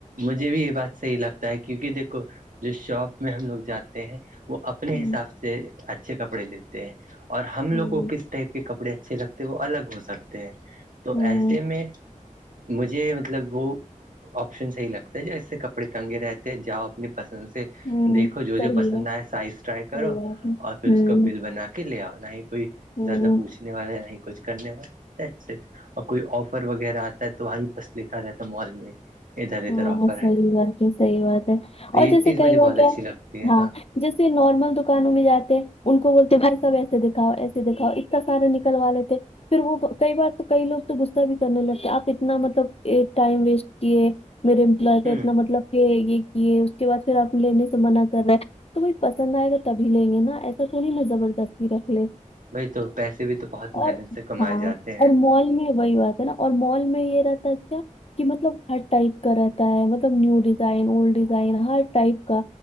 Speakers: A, on the right (about 85°); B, on the left (about 50°).
A: مجھے بھی یہ بات صحیح لگتا ہے کیونکہ دیکھو جو شاپ میں ہم لوگ جاتے ہیں وہ اپنے
B: ہوں
A: حساب سے اچھے کپڑے دیتے ہیں اور ہم لوگ
B: ہوں
A: کو کس ٹائپ کے کپڑے اچھے لگتے ہیں وہ الگ ہو سکتے ہیں تو
B: ہوں
A: ایسے میں مجھے مطلب وہ آشن صحی لگتا ہے ج اسس سے کپڑے تنگے رہتے ہیں جاؤ اپنی پسند سے
B: ہوں
A: دیکھو جو جو
B: صحیح
A: پسند
B: ہے
A: آئے سائز ٹرائی کرو
B: صحیح بات ہے
A: اور پھر
B: ہوں
A: اس کا بل بنا کے کے لے آؤ نہ ہی کوئی
B: ہوں
A: زیادہ پوچھنے والا نہ ہی کچھ کرنے والا اور کوئی آفر وغیرہ آتا ہے تو وہیں پس لکھا رہتا ہے مال میں ادھر ادھر
B: ہاں
A: آفر
B: صحیح
A: ہے
B: بات ہے صحیح بات ہے
A: تو یہ
B: اور جیسے
A: چیز مجھے
B: کہیں گ
A: بہت اچھی
B: کیا
A: لگتی ہے
B: ہاں جیسے نارمل دکانوں میں جاتے ان کو بولتے بھائی سب ایسے دکھاؤ ایسے دکھاؤ اتنا سارے نکل والے تھے پھر وہ کئی بار تو کئی لوگ تو غصہ بھی کرنے لگتے آپ اتنا مطلب ٹائم ویسٹ کیے میرے امپلائے
A: ہوں
B: کا اتنا مطلب کہ یہ کیے اس کے بعد پھر آپ لینے سے منع کر رہے تو بھائی پسند آئے گا تبھی لیں گے نا ایسا تھوڑی نہ زبردستی رکھ لے
A: بھائی تو پیسے بھی تو بہت محنت
B: اور
A: سے کمائے
B: ہاں
A: جاتے ہیں
B: اور مال میں وہی بات نا اور مال میں یہ رہتا ہے اچھا کہ مطلب ہر ٹائپ کا رہتا ہے مطلب نیو ڈیزائن اولڈ ڈیزائن ہر ٹائپ کا